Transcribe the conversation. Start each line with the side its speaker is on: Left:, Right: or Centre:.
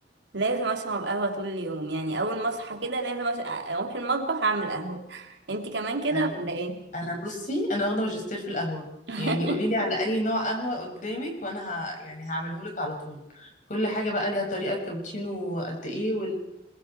Right: لازم أشرب قهوة طول اليوم يعني أول ما أصحى كده لازم أش- أروح المطبخ أعمل قهوة انتي كمان كده
Left: انا
Right: ولا ايه؟
Left: أنا بصي انا واخده ماجستير في القهوه
Right: <laughs>
Left: يعني قولي لي على اي نوع قهوه قدامك وانا ه... يعني هعمله لك على طول كل حاجه بقى ليها طريقه الكابتشينو قد ايه